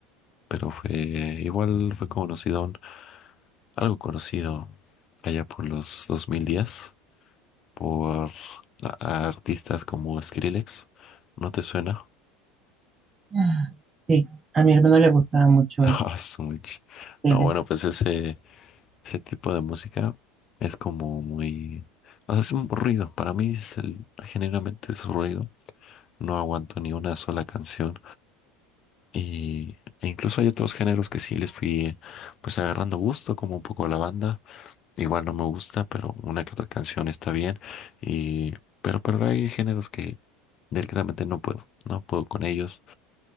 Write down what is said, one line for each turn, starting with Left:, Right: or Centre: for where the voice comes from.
Left: pero fue igual fue conocido, algo conocido allá por los 2010 por a- a artistas como Skrillex. ¿No te suena?
Right: Ah, Sí, a mi hermano le gustaba mucho
Left: <laughs> Ah,
Right: ese,
Left: su
Right: Felix.
Left: No, bueno, pues ese, ese tipo de música es como muy... O sea, es un ruido. Para mí es el- generalmente es ruido. No aguanto ni una sola canción. Y e incluso hay otros géneros que sí les fui pues agarrando gusto, como un poco la banda. Igual no me gusta, pero una que otra canción está bien. Y pero pero hay géneros que directamente no puedo, no puedo con ellos.